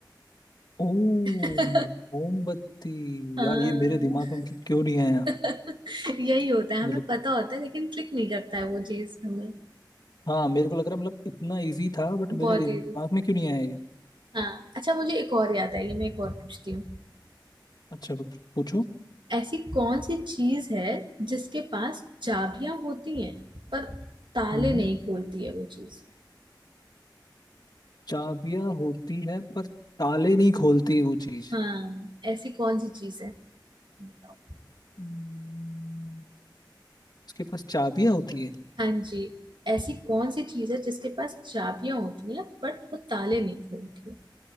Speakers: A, on the left (about 55°); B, on the right (about 75°).
A: ओ
B: <laughs>
A: मोमबत्ती
B: हाँ
A: यार ये मेरे दिमाग में मतलब क्यों नहीं आया
B: <laughs> यही होता है हमें
A: मतलब
B: पता होता है लेकिन क्लिक नहीं करता है वो चीज हमें
A: हाँ मेरे को लग रहा है मतलब इतना इजी था बट
B: बहुत
A: मेरे दिमाग
B: इजी
A: में क्यों नहीं आया ये
B: हाँ अच्छा मुझे एक और याद आई है मैं एक और पूछती हूँ
A: अच्छा बट पूछो
B: ऐसी कौन सी चीज है जिसके पास चाबियां होती हैं पर ताले
A: हम्म
B: नहीं खोलती है वो चीज
A: चाबियां होती है पर ताले नहीं खोलती वो चीज
B: हाँ ऐसी कौन सी चीज है बताओ
A: हम्म, उसके पास चाबियां होती है
B: हाँ जी ऐसी कौन सी चीज है जिसके पास चाबियां होती हैं बट वो ताले नहीं खोलती है